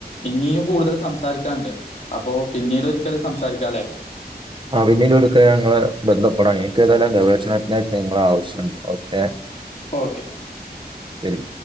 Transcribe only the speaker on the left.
ഇനിയും കൂടുതൽ സംസാരിക്കാണ്ട് അപ്പൊ പിന്നീട് ഒരിക്കൽ സംസാരിക്കാല്ലേ
ഓക്കെ